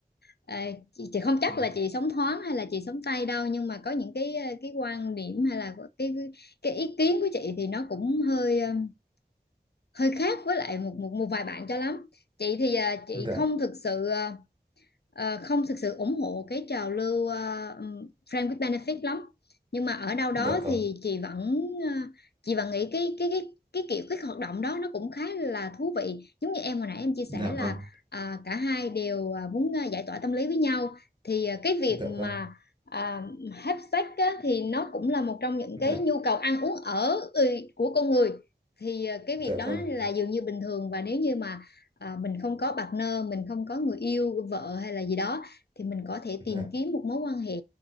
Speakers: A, on the left (about 75°); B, on the right (about 25°).
A: ờ, chị, chị không chắc
B: Ừ.
A: là chị sống thoáng hay là chị sống tay đâu nhưng mà có những cái ờ, cái quan điểm hay là cái cái cái ý kiến của chị thì nó cũng hơi ờ, hơi khác với lại một một một vài bạn cho lắm. Chị thì ờ, chị
B: dạ,
A: không thực sự ờ, ờ, không thực sự ủng hộ cái trào lưu ờ, ừm, friend with benefit lắm nhưng mà ở đâu đó
B: dạ vâng,
A: thì chị vẫn ờ, chị vẫn nghĩ cái cái cái cái kiểu cái hoạt động đó nó cũng khá là thú vị giống như em hồi nãy em chia sẻ
B: dạ
A: là
B: vâng
A: à, cả hai đều à, muốn à, giải tỏa tâm lý với nhau thì à, cái việc
B: dạ
A: mà
B: vâng,
A: à, have sex á, thì nó cũng là một trong những
B: dạ,
A: cái nhu cầu ăn uống ở ừ, của con người thì à, cái việc
B: dạ
A: đó
B: vâng,
A: là dường như bình thường và nếu như mà à, mình không có partner mình không có người yêu vợ hay là gì đó thì mình có thể
B: dạ,
A: tìm kiếm một mối quan hệ